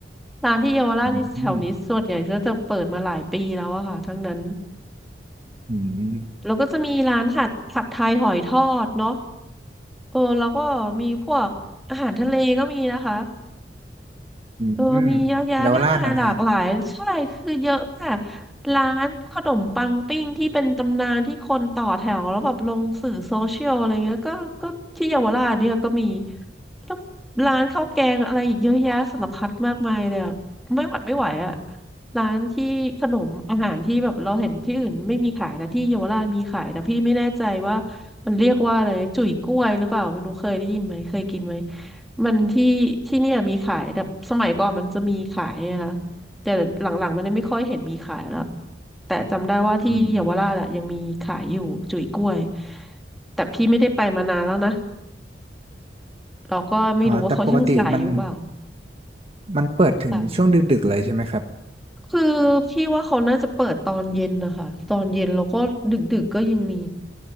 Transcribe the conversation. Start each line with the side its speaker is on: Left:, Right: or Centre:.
Centre: ร้านที่เยาวราชนี่แถวนี้ส่วนใหญ่ก็จะเปิดมาหลายปีแล้วอะค่ะทั้งนั้น
Right: อืมอืม
Centre: แล้วก็จะมีร้านผัดผัดไทยหอยทอดเนาะเออแล้วก็มีพวกอาหารทะเลก็มีนะคะ
Right: อืม
Centre: เออมีเยอะแยะมากมายหลากหลาย
Right: เยาวราชนั่นฮะ
Centre: ใช่คือเยอะมากร้านขนมปังปิ้งที่เป็นตำนานที่คนต่อแถวแล้วแบบลงสื่อโซเชียลอะไรเงี้ยก็ก็ที่เยาวราชเนี่ยก็มีแล้วร้านข้าวแกงอะไรอีกเยอะแยะสารพัดมากมายเลยอะไม่หวัดไม่ไหวอะร้านที่ขนมอาหารที่แบบเราเห็นที่อื่นไม่มีขายแต่ที่เยาวราชมีขายแต่พี่ไม่แน่ใจว่ามันเรียกว่าอะไรจุ๋ยกล้วยหรือเปล่าไม่รู้เคยได้ยินไหมเคยกินไหม มันที่ที่เนี่ยมีขายแต่สมัยก่อนมันจะมีขายนะคะแต่หลังๆมันไม่ค่อยเห็นมีขายแล้วแต่จำได้ว่าที่เยาวราชอะยังมีขายอยู่จุ๋ยกล้วย
Right: อืม
Centre: แต่พี่ไม่ได้ไปมานานแล้วนะเราก็ไม่รู้ว่าเขายังขายอยู่เปล่า
Right: อ๋อแต่ปกติมันมันเปิดถึงช่วงดึกๆเลยใช่ไหมครับ
Centre: ค่ะคือพี่ว่าเขาน่าจะเปิดตอนเย็นนะคะตอนเย็นแล้วก็ดึกๆกก็ยังมี